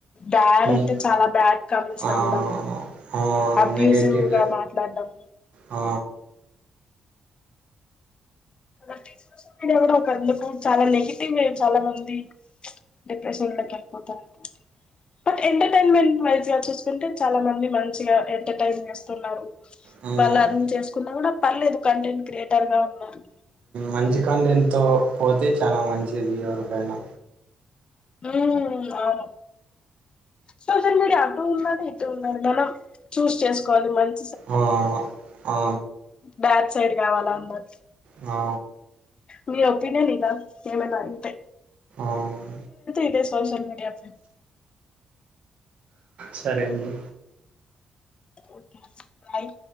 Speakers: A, on the left; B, on the right.
A: బ్యాడ్
B: హ్మ్
A: అంటే చాలా బ్యాడ్ కామెంట్స్
B: ఆ
A: రావడం
B: ఆ
A: అబ్యూసివ్
B: నెగటివ్
A: గా మాట్లాడడం
B: ఆ
A: కాబటి సోషల్ మీడియా కూడా ఒక అందుకు చాలా నెగిటివ్ చాలా మంది డిప్రెషన్ లోకి వెళ్ళిపోతారు అకో ప ఎంటర్టెన్మెంట్ వైజ చూసుకుంటే చాలా మంది మంచిగా ఎంటర్టైన్ చేస్తున్నారు
B: హ్మ్
A: వాళ్ళు ఎర్న్ చేసుకున్నా కూడా పర్లేదు కంటెంట్ క్రియేటర్ గా ఉన్నారు
B: మంచి కండ ఎంతో పోతే చాల మంచిది ఎవరికైనా
A: హ అను సోషల్ మీడియా అటు ఉన్నాడు ఇటు ఉన్నాది మనం చూస్ చేసుకోవాలి మంచి
B: ఆ ఆ
A: బ్యాక్ సైడ్ కావాలా అన్నారురు
B: ఆ
A: మీ ఒపినయన్ ఇద నేమెల అయితే
B: అవును
A: ఇదే సోషల్ మీడియా
B: సరే అండి
A: ఓకే బయ్